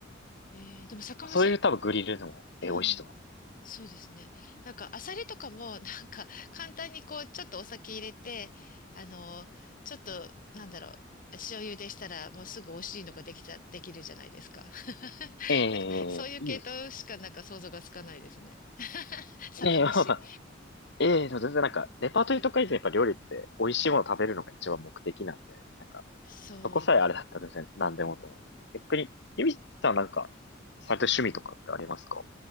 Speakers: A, on the left; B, on the left.
A: えーでも酒蒸し、
B: まあ、そういう多分グリルでも、
A: うん。
B: えー美味しいと思います。
A: そうですね。なんか、アサリとかも、なんか、簡単にこう、ちょっとお酒入れて、あの、ちょっと、なんだろう、塩茹でしたら、もうすぐ美味しいのができた、できるじゃないですか。<laughs>
B: ええいいです
A: なんか、そういう系統しか、なんか想像がつかないですね。<laughs> 酒蒸し。
B: ね。ええまあまあ、ええでも全然なんか、レパートリーとか以前やっぱ料理って美味しいものを食べるのが一番目的なんで、
A: はい。
B: なんか、
A: そうです。
B: そこさえあれだったら全然何でもと思うんですけど、逆に、ゆみさんなんか、されてる趣味とかってありますか